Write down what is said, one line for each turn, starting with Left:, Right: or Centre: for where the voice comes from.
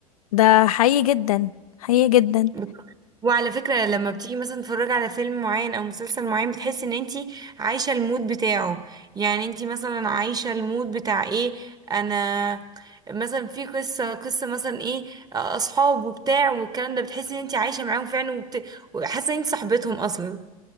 Left: ده حقيقي جدا حقيقي جدا
Right: بالظبط. وعلى فكرة لما بتيجي مثلا تتفرجي على فيلم معين او مسلسل معين بتحس ان انتي عايشة المود بتاعه يعني انتي مثلا عايشة المود بتاع ايه انا مثلا في قصة قصة مثلا ايه اصحاب وبتاع والكلام ده بتحسي ان انتي عايشة معاهم فعلا وبت... وحاسة ان انتي صاحبتهم اصلا